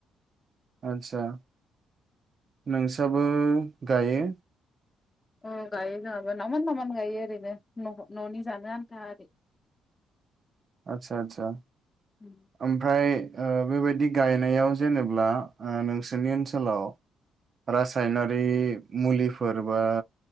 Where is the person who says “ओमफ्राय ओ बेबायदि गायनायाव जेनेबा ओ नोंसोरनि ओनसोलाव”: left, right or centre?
Right